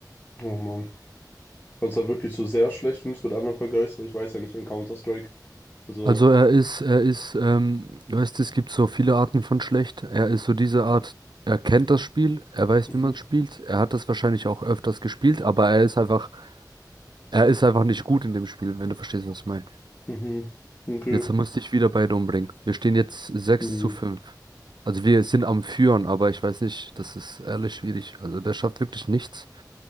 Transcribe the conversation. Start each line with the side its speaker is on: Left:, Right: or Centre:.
Left: Oh Mann. Also da wirklich so sehr schlecht, wenn du es mit anderen vergleichst, weil ich weiß ja nicht in Counter-Strike. Also.
Right: Also er ist, er ist, ähm, du weißt, es gibt so viele Arten von schlecht. Er ist so diese Art, er kennt das Spiel, er weiß,
Left: Mhm,
Right: wie man es spielt. Er hat das wahrscheinlich auch öfters gespielt, aber er ist einfach, er ist einfach nicht gut in dem Spiel, wenn du verstehst, was ich meine.
Left: mhm. Okay.
Right: Jetzt musste ich wieder beide umbringen. Wir stehen jetzt sechs
Left: Hm,
Right: zu fünf. Also wir sind am Führen, aber ich weiß nicht, das ist ehrlich schwierig. Also der schafft wirklich nichts.